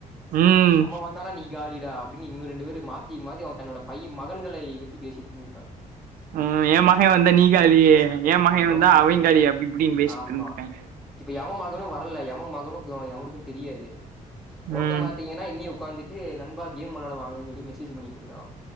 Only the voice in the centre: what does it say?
அவெ வந்தானா நீ காலிடா அப்டின் இவுங்க ரெண்டு பேரு மாத்தி மாத்தி அவ தன்னோட பையே மகன்களை பத்தி பேசிட்ருந்துருக்காங்க
ஆமா
ஆமா இப்ப எவ மகனு வரல எவ மகனு எவனுக்கு தெரியாது ஒர்த்தே
பாத்தீங்க னா என்னிய உக்காந்துட்டு நண்பா கேம் வெளாட வாங்கன் சொல்லி மெசேஜ் பண்ணிட்ருக்கா